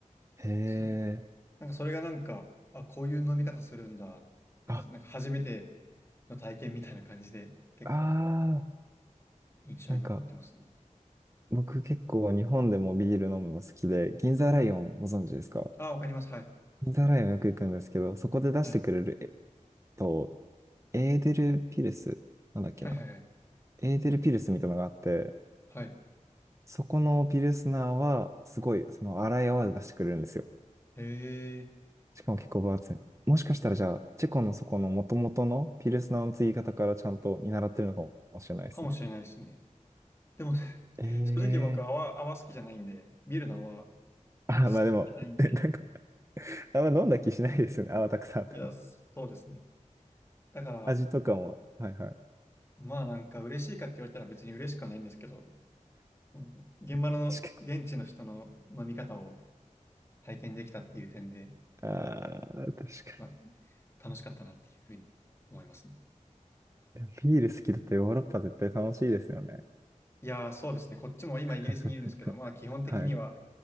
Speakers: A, on the right (about 20°); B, on the left (about 20°).
A: ー、へ
B: ち、
A: え。
B: なんかそれがなんか、あ、こういう飲み方するんだ、なんていうんですか、
A: あ、
B: なんか初めての体験みたいな感じで、結構
A: あ
B: 印象に残ってますね。
A: ー、なんか、僕結構日本でもビール飲むの好きで、銀座ライオンご存知ですか
B: あ、わかります。はい。
A: 銀座ライオンよく行くんですけど、そこで出してくれる、
B: はい。
A: えっと、エーデルピルス、なんだっけな。
B: はいはいはい。
A: エーデルピルスみたいなのがあって、
B: はい。
A: そこのピルスナーは、すごい、その荒い泡で出してくれるんですよ。
B: へえ、
A: しかも結構分厚い。もしかしたらじゃあ、チェコのそこの元々のピルスナーの継ぎ方からちゃんと見習ってるのかもしれないですね。
B: かもしれないですね。でも、<laughs>
A: ええ
B: 正直僕泡、泡好きじゃないんで、ビールの泡好
A: あ、
B: きじゃないんで、
A: まあでも、<laughs> なんか、あんま飲んだ気しないですよね。泡たくさんあっても。
B: いや、そうですね。だから、
A: 味とかも、はいはい。
B: まあなんか嬉しいかって言われたら別に嬉しくはないんですけど、うん現場の現地の人の飲み方を
A: 確か
B: 体験できたっていう点で、
A: に。ああ、確か
B: まあ楽しかったなっていうふうに思いますね。
A: に。でもビール好きだとヨーロッパ絶対楽しいですよね。
B: いやーそうですね。こっちも今イギリスにいるんですけど、
A: <laughs>
B: まあ基本的には
A: はい。